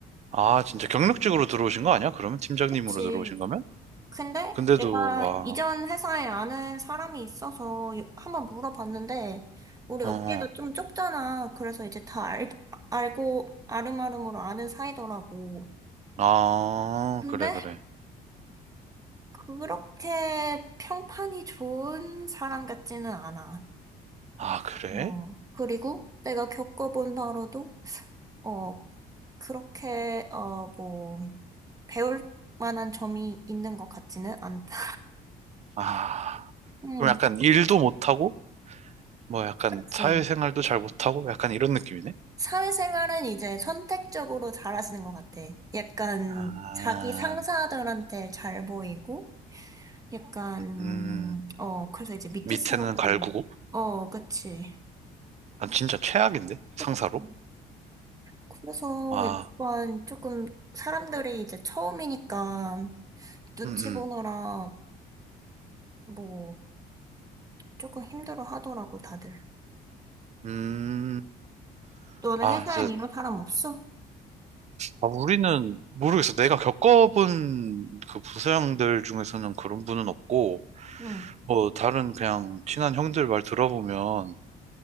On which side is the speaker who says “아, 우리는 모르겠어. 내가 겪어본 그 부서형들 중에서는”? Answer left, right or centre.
Right